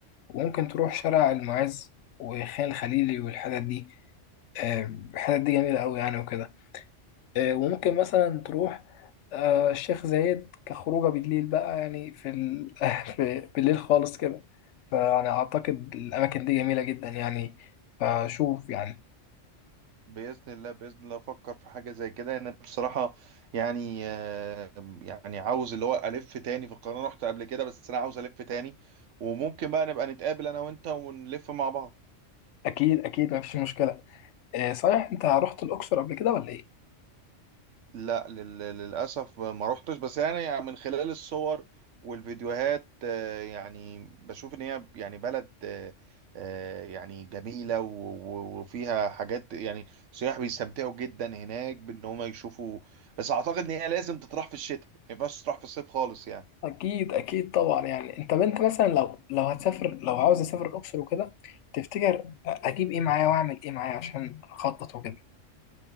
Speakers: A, on the left; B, on the right.
A: وممكن تروح شارع المعز وخان الخليلي والحتت دي آه، الحتت دي جميلة أوي يعني وكده آه، وممكن مثلا تروح آه، الشيخ زايد كخروجه بالليل بقى يعني في, ال... <laughs> في بالليل خالص كده فأنا أعتقد الأماكن دي جميلة جدا يعني فشوف يعني
B: باذن الله باذن الله افكر في حاجه زي كده انا بصراحه يعني آه، يعني عاوز اللي هو الف تاني في القاهره أنا رحت قبل كده بس انا عاوز الف تاني وممكن بقى نبقى نتقابل انا وانت ونلف مع بعض
A: أكيد أكيد مفيش مشكلة آه، صحيح أنت رحت الأقصر قبل كده ولا إيه؟
B: لا لل- للأسف ما روحتش بس يعني من خلال الصور والفيديوهات آه، يعني بشوف إن هي يعني بلد آه، آه، يعني جميلة و- و- وفيها حاجات يعني سياح بيستمتعوا جدا هناك بإن هم يشوفوا بس أعتقد إن هي لازم تطرح في الشتاء ما ينفعش تطرح في الصيف خالص يعني
A: أكيد أكيد طبعا يعني أنت بنت مثلا لو لو هتسافر لو عاوز أسافر الأقصر وكده تفتكر أجيب إيه معايا وأعمل إيه معايا عشان أخطط وكده